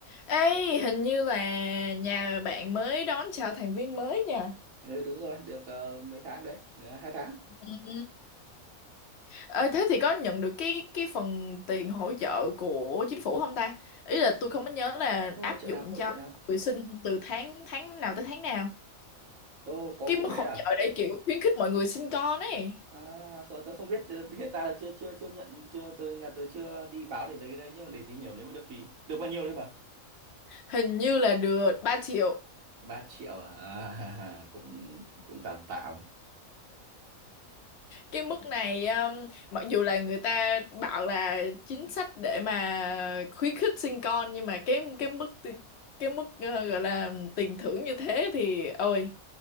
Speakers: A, on the left; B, on the right.
A: Ê, hình như là nhà bạn mới đón chào thành viên mới nha.
B: Ừ, đúng rồi, được ờ, mấy tháng đấy, Ờ, hai tháng.
A: Ừm. Ờ, thế thì có nhận được cái cái phần tiền hỗ trợ của chính phủ không ta? Ý là tôi không có nhớ là
B: Ô,
A: áp
B: Hỗ trợ
A: dụng
B: nào, hỗ
A: cho
B: trợ nào?
A: người sinh từ tháng tháng nào tới tháng nào.
B: Ô, có
A: Cái
B: vụ
A: mức
B: đấy
A: hỗ
B: à?
A: trợ để kiểu khuyến khích mọi người sinh con ấy.
B: À, không, tôi không biết, ờ, hiện tại là chưa chưa chưa nhận, chưa tôi nhà tôi chưa đi báo để lấy cái đấy nhưng mà để tìm hiểu nếu mà được thì được bao nhiêu đấy bà?
A: Hình như là được 3 triệu.
B: ba triệu à? à <laughs> cũng cũng tạm tạm.
A: cái mức này um, mặc dù là người ta bảo là chính sách để mà khuyến khích sinh con nhưng mà cái cái mức ti- cái mức ờ, gọi là tiền thưởng như thế thì ôi